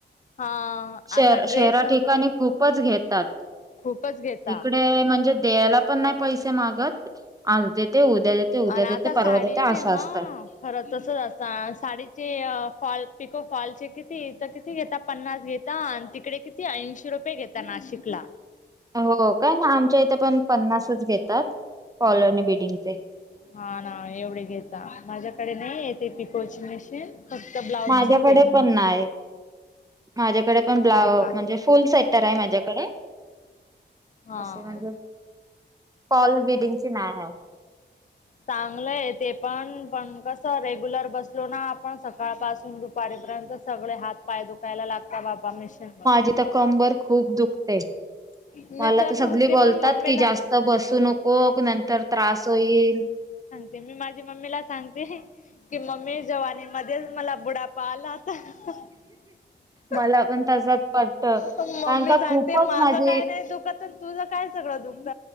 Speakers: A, on the left; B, on the right.
A: हा..
B: श
A: आता
B: शेहरा
A: ड्रेस
B: ठिकाणी खूपच घेतात
A: खूपच घेता
B: इकडे म्हणजे देयाला पण नाही पैसे मागत आज देते उद्या देते उद्या
A: आणि आता
B: देते परवा
A: साडींचे
B: देते असं
A: हा
B: असतं
A: खरं तसंच असत साडीचे फॉल पिको फॉलचे किती तर किती घेतात पन्नास घेत तिकडे किती ऐंशी रुपये घेतात नाशिक ला
B: हो काय ना आमच्या इथे पण पन्नासच घेतात फॉलो नी बिल्डिंगचे
A: हा ना एवढे घेता माझ्याकडे नाही येते ती पिको ची मशीन फक्त ब्लाउजचीच
B: माझ्याकडे
A: आहे
B: पण नाही माझ्याकडे पण ब्लाव
A: हो का
B: म्हणजे फुल सेट्टर आहे माझ्याकडे
A: हा
B: अशी म्हणजे फॉल बीडिंगची नाय हाय..
A: चांगलंय ते पण पण कस रेग्युलर बसलो ना आपण सकाळपासून दुपारीपर्यंत सगळे हात पाय दुखायला लागतात बाबा मशीन वर
B: जिथं कंबर खूप दुखते ते..
A: मी
B: मला तर
A: बोलते
B: सगळी बोलतात
A: मम्मीला
B: कि, जास्त बसू नकोक, नंतर त्रास होईल.
A: ते मी माझी मम्मीला सांगते. की मम्मी जवानी मध्येच मला बुढापा आला. <unintelligible>
B: मला पण तसच वाटतं.
A: पण मम्मी
B: कारण का
A: सांग
B: खूपच
A: ते माझं
B: माझी
A: काय नाही दुखत तुझ काय सगळं दुखत.